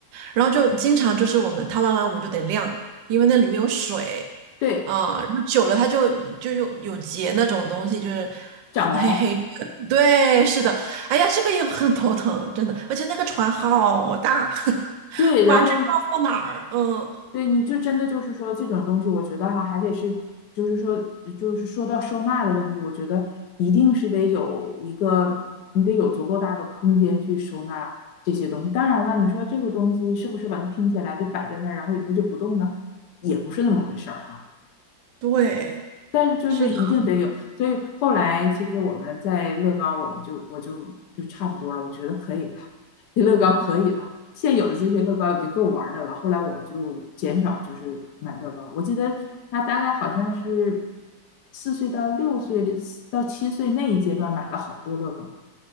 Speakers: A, on the right; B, on the left.
A: 然后就经常就是我们他玩完我们就得晾，因为那里面有水。
B: 对，
A: 啊，然后久了它就就有有结那种东西，就是黑黑的。
B: 长毛，
A: 对，是的。哎呀，这个也很头疼，真的。而且那个船好大，<laughs>
B: 对，
A: 完全不知道放哪儿。
B: 然后
A: 嗯，
B: 对，你就真的就是说这种东西，我觉得哈、还得是，就是说，就是说到收纳的问题，我觉得一定是得有一个，你得有足够大的空间去收纳这些东西。当然了，你说这个东西是不是把它拼起来就摆在那儿，然后以后就不动了，也不是那么回事儿、哈。
A: 对，
B: 但是就是一定得有，
A: 是的，
B: 所以后来其实我们在乐高，我们就我就就差不多了，我觉得可以了，这乐高可以了，现有的这些乐高已经够玩的了。后来我就减少就是买乐高，我记得他大概好像是四岁到六岁到七岁那一阶段买了好多乐高，